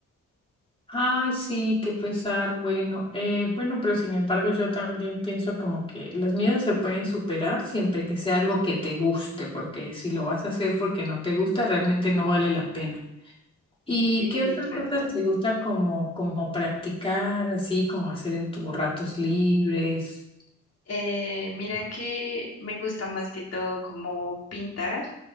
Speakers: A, on the left; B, on the left.
A: Ay, sí, qué pesar. Bueno, eh, bueno, pero sin embargo yo también pienso como que los miedos se pueden superar siempre que sea algo que te guste, porque si lo vas a hacer porque no te gusta, realmente no vale la pena. ¿Y
B: Sí,
A: qué otras
B: es verdad.
A: cosas te gusta como, como practicar, así como hacer en tus ratos libres?
B: Eh, mira que me gusta más que todo como pintar,